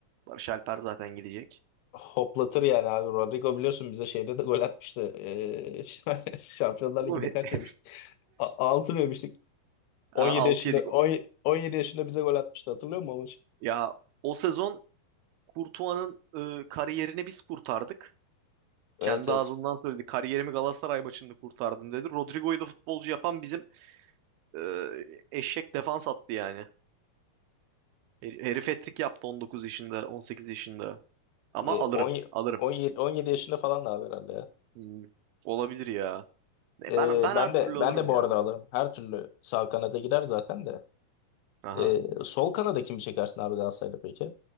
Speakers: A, on the right (about 85°); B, on the left (about 85°).
A: Barış Alper zaten gidecek.
B: hoplatır yani abi. Rodrigo biliyorsun bize şeyde de gol atmıştı. Ee, <laughs> Şampiyonlar
A: Oğlum
B: Ligi'nde
A: he-
B: kaç yemiştik? Altı 6 mı yemiştik?
A: ha,
B: 17
A: 6
B: yaşında
A: yedik.
B: on- 17 yaşında bize gol atmıştı hatırlıyor musun o maçı?
A: Ya o sezon Courtois'ın e, kariyerini biz kurtardık.
B: Evet
A: Kendi
B: evet.
A: ağzından söyledi. Kariyerimi Galatasaray maçında kurtardım dedi. Rodrigo'yu da futbolcu yapan bizim e, eşek defans attı yani. Her- Herif hat-trick yaptı 19 yaşında, 18 yaşında. Ama
B: Ye-
A: alırım,
B: on-
A: alırım.
B: 17 17 yaşında falan da abi herhalde ya.
A: Hmm, Olabilir ya. E,
B: Ee,
A: Ben ben
B: ben
A: her türlü
B: de
A: alırım
B: ben de bu
A: ya.
B: arada alırım. Her türlü sağ kanada gider zaten de.
A: Aha.
B: Ee, sol kanada kimi çekersin abi Galatasaray'da peki?